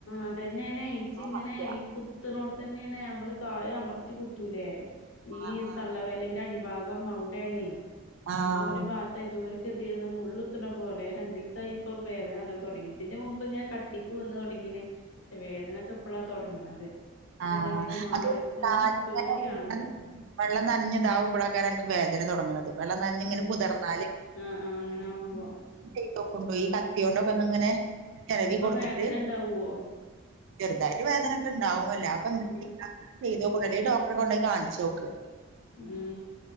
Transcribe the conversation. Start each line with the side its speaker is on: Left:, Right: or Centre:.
Left: അതന്നെയാണെ ഇച്ചിങ്ങനെ
Right: നടക്ക
Left: ഈ കുത്തിനോടത്ത് തന്നെയാണ് നമ്മള് കായ അമർത്തി കുത്തൂല്ലേ ഈ
Right: ആഹ് ആഹ്
Left: തള്ളവിരലിന്റെ അടിഭാഗം <unintelligible> അവിടെണ
Right: ആഹ് ആഹ്
Left: ആ ഒരു ഭാഗത്തെ എന്തൊരു ന്തേയ്യാനാ മുള്ളു കുത്തണ പോലെ രണ്ടീസായി ഇപ്പം വേദന നല്ലോ തുടങ്ങി ഇതിന്റെ മുമ്പ് ഞാൻ കട് തട്ടിപ്പ് വന്ന് തുടങ്ങീനെ പക്ഷെ വേദനൊക്കെ ഇപ്പളാ തുടങ്ങണത് അപ്പൊ
Right: ആ
Left: അതെങ്ങനെ മാറിച്ചാ
Right: അതെ കാലിങ്ങനെ
Left: ഈ പേടിയാവണ്ട്
Right: വെള്ളംനന ഞ്ഞിതാവുമ്പഴാ വേദന ത്തര തുടങ്ങുന്നത് വെള്ളം നനഞ്ഞിങ്ങനെ
Left: ഉം
Right: കുതിർന്നാല്
Left: ആ ആ അങ്ങനെ ആവുമ്പോ
Right: ചെയ്തോ കൊണ്ടോയി ഈ കത്തിയോണ്ടൊക്കെ
Left: ഉം
Right: ഇങ്ങനെ ചെരവി
Left: അപ്പൊ
Right: കൊടുത്തിട്ട്
Left: വേദന ഉണ്ടാവുവോ
Right: ചെറുതായിട്ട് വേദന ഒക്കെ ഉണ്ടാവുമല്ലോ അപ്പൊ
Left: ഉം
Right: ചെയ്ത ഡോക്ടറെ കൊണ്ടെ കാണിച്ചു നോക്ക്
Left: ഉം